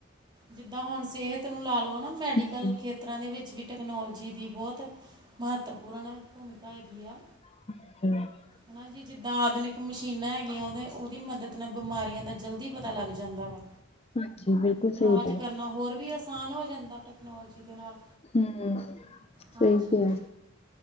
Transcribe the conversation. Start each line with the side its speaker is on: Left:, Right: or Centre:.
Right: ਜਿੱਦਾਂ ਹੁਣ ਸਿਹਤ ਨੂੰ ਲਾ ਲਓ ਨਾ ਮੈਡੀਕਲ
Left: ਹਮ
Right: ਖੇ ਖੇਤਰਾਂ ਦੇ ਵਿੱਚ ਵੀ ਟੈਕਨੋਲਜੀ ਦੀ ਬੋਤ ਮਹੱਤਵਪੂਰਨ ਭੂਮਿਕਾ ਹੈਗੀ ਆ।
Left: <inaudible>
Right: ਹਨਾ ਜੀ ਜਿੱਦਾਂ ਆਧੁਨਿਕ ਮਸ਼ੀਨਾਂ ਹੈਗੀਆਂ ਉਦੇ ਉਦੀ ਮਦਦ ਨਾਲ ਬਿਮਾਰੀਆਂ ਦਾ ਜਲਦੀ ਪਤਾ ਲੱਗ ਜਾਂਦਾ ਵਾ
Left: ਹਾਂਜੀ ਬਿਲਕੁਲ
Right: ਇਲਾਜ
Left: ਸਹੀ ਕਿਹਾ
Right: ਕਰਨਾ ਹੋਰ ਵੀ ਅ ਆਸਾਨ ਹੋ ਜਾਂਦਾ ਟੈਕਨੋਲਜੀ ਦੇ ਨਾਲ
Left: ਹੂੰ, ਸਹੀ
Right: ਹਾਂਜੀ
Left: ਕੈਆ